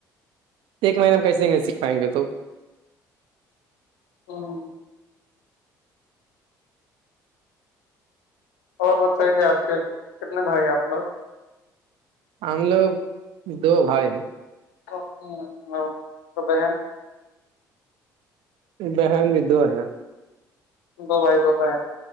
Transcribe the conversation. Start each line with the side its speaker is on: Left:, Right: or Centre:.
Right: ایک مہینے میں کیسے سیکھ پائیں گے تو
Left: او <unintelligible> اور بتائیے آپ کے کتنے بھایی آپ لوگ
Right: ہم لوگ دو بھائی
Left: تو بہن
Right: بہن بھی دو ہے
Left: دو بھائی دو بہن